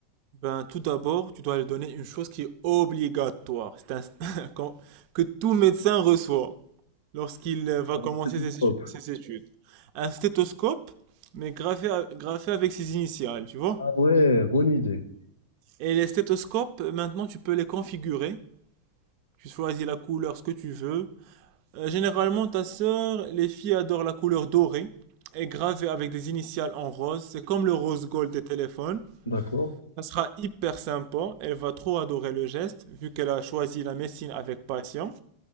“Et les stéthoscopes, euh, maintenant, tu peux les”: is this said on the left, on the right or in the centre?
Right